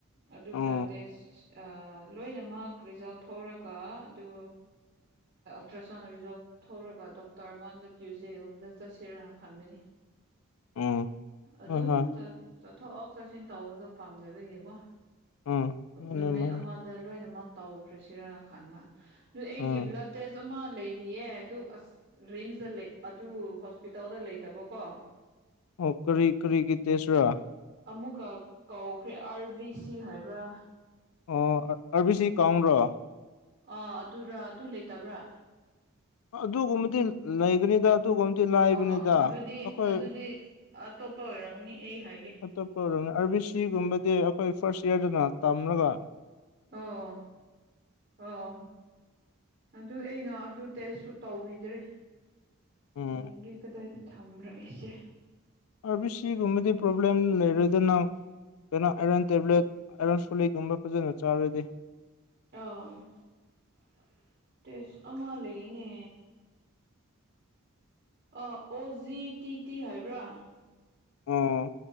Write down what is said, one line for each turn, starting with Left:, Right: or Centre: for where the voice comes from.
Right: ꯑꯗꯨ
Left: ꯑꯥ
Right: ꯕ꯭ꯂꯗ ꯇꯦꯁ ꯂꯣꯏꯅꯃꯛ ꯔꯤꯖꯥꯜ ꯊꯧꯔꯒ ꯑꯗꯨ ꯑꯜꯇ꯭ꯔꯥꯁꯥꯎꯟ ꯔꯤꯖꯣꯕ ꯊꯧꯔꯒ ꯗꯣꯛꯇꯔ ꯑꯩꯉꯣꯟꯗ ꯀ꯭ꯌꯨꯖꯗꯦꯒꯨꯝꯗ ꯆꯠꯁꯤꯔꯅ ꯈꯟꯕꯅꯤ
Left: ꯑꯥ
Right: ꯑꯗꯨꯝ
Left: ꯍꯣꯏ ꯍꯣꯏ
Right: ꯆꯠꯊꯣꯛꯛ ꯆꯠꯁꯤꯟ ꯇꯧꯕꯗꯣ ꯄꯥꯝꯅꯕꯤꯩꯌꯦꯀꯣ
Left: ꯑꯥ ꯃꯥꯅꯦ
Right: ꯅꯨꯃꯤꯠ
Left: ꯃꯥꯅꯦ
Right: ꯑꯃꯗ ꯂꯣꯏꯅꯃꯛ ꯇꯧꯈ꯭ꯔꯦ ꯁꯤꯔꯅ ꯈꯥꯟꯕ ꯑꯩꯒꯤꯕꯂ
Left: ꯑꯥ
Right: ꯇ ꯑꯃ ꯂꯩꯔꯤꯌꯦ ꯑꯗꯨ ꯑꯁ ꯔꯤꯝꯁꯇ ꯑꯗꯨ ꯍꯣꯁꯄꯤꯇꯥꯜꯗ ꯂꯩꯇꯕꯀꯣ
Left: ꯑꯣ ꯀꯔꯤ ꯀꯔꯤꯇ ꯁꯔ
Right: ꯑꯃꯨꯛꯀ ꯀꯧꯈ꯭ꯔꯦ ꯑꯥꯔꯕꯤ ꯁꯤ ꯍꯥꯏꯕ꯭ꯔꯥ
Left: ꯑꯣ ꯑꯥꯔꯕꯤꯁꯤ ꯀꯥꯎ꯭ꯔꯣ
Right: ꯑꯥ ꯑꯗꯨꯔ ꯑꯗꯨ ꯂꯩꯇꯕ꯭ꯔꯥ
Left: ꯑꯗꯨꯒꯨꯝꯕꯗꯤ ꯂꯩꯒꯅꯤꯗ ꯑꯗꯨꯒꯨꯝꯕꯗꯤ ꯂꯥꯏꯕꯅꯤꯗ
Right: ꯑꯣ ꯑꯗꯨꯗꯤ
Left: ꯑꯩꯈꯣꯏ
Right: ꯑꯗꯨꯗꯤ ꯑꯇꯣꯞꯄ ꯑꯣꯏꯔꯝꯒꯅꯤ ꯑꯩ ꯍꯥꯏꯒꯦ
Left: ꯑꯇꯣꯞꯄ ꯑꯥꯔꯕꯤ ꯁꯤꯒꯨꯝꯕꯗꯤ ꯑꯩꯈꯣꯏ ꯐꯥꯔꯁ ꯏꯌꯥꯔꯗꯅ ꯇꯝꯂꯒ
Right: ꯑꯣ ꯑꯣ ꯑꯗꯨ ꯑꯩꯅ ꯑꯗꯨ ꯇꯦꯁꯁꯨ ꯇꯧꯕꯤꯗ꯭ꯔꯦ
Left: ꯎꯝ
Right: ꯌꯦꯡꯒꯦ ꯀꯗꯥꯏꯗ ꯊꯝꯔꯛꯏꯁꯦ
Left: ꯑꯕꯤ ꯁꯤꯒꯨꯝꯕꯗꯤ ꯄ꯭ꯔꯣꯕ꯭ꯂꯦꯝ ꯂꯩꯔꯣꯏꯗꯅ ꯀꯩꯅꯣ ꯑꯥꯏꯔꯟ ꯇꯦꯕ꯭ꯂꯦꯠ ꯑꯥꯏꯔꯟ ꯁꯣꯂꯤꯛꯒꯨꯝꯕ ꯐꯖꯅ ꯆꯥꯔꯗꯤ
Right: ꯑ <unintelligible> <inaudible> ꯇ ꯑꯃꯃꯥ ꯂꯩꯅꯦ ꯑ ꯑꯣ ꯖꯤ ꯇꯤ ꯇꯤ ꯍꯥꯏꯕ꯭ꯔꯥ
Left: ꯑꯣ